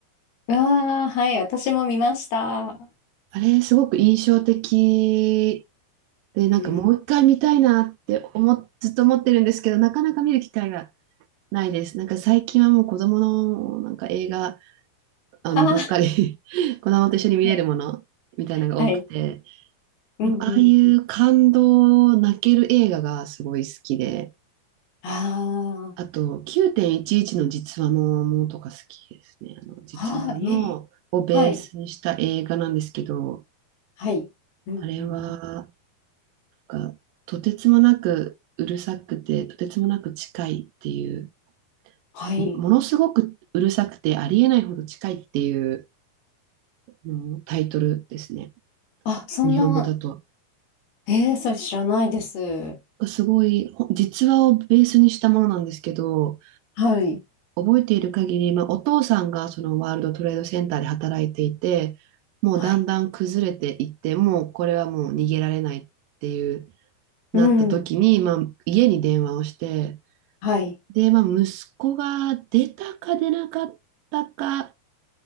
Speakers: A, on the left (about 75°); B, on the right (about 75°).
A: わあ、はい、私も見ました。
B: あれ、すごく印象的で、なんかもう一回見たいなって思、
A: うん。
B: ずっと思ってるんですけど、なかなか見る機会がないです。なんか最近はもう子供のなんか映画、あの、
A: ああ、
B: ばっかり <laughs> 子供と一緒に見れるものみたいなのが多くて、
A: <laughs> はい。うんうん。
B: でもああいう感動、泣ける映画がすごい好きで、
A: あ
B: あと、9.11の実話のものとか好きですね。あの、実話のをベースにした映画なんですけど、
A: あ、ああ、ええはい、はい。うんうんうん。
B: あれは、なんかとてつもなくうるさくて、とてつもなく近いっていう、
A: はい。
B: もものすごくうるさくて、ありえないほど近いっていうあのタイトルですね。
A: あ、
B: なんか日本語だと。
A: そんな、ええそれ知らないです。
B: すごい、ほ実話をベースにしたものなんですけど、
A: はい、
B: 覚えている限り、まあ、お父さんがそのワールドトレードセンターで働いていて、もうだんだん崩れていって、
A: はい。
B: もうこれはもう逃げられないっていうなった時に、
A: うん、
B: まあ、家に電話をして、
A: はい。
B: で、まあ、息子が出たか出なかったか、